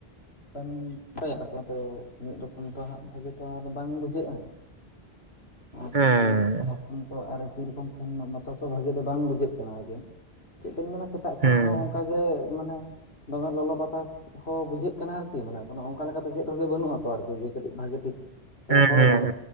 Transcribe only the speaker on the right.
ᱦᱮᱸ
ᱦᱮᱸ
ᱦᱮᱸ
ᱦᱮᱸ